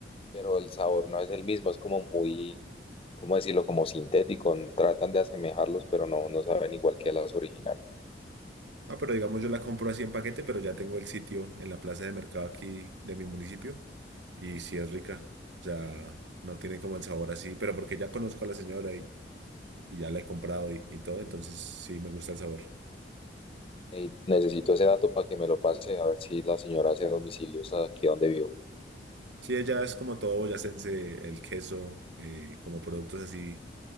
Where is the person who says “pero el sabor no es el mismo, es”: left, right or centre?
Left